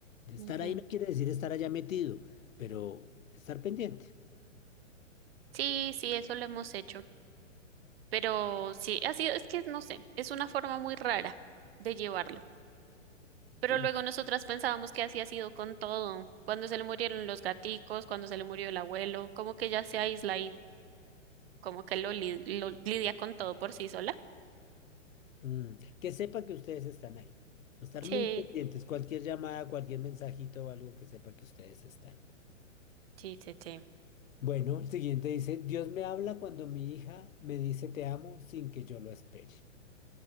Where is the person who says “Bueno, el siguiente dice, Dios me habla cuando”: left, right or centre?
Left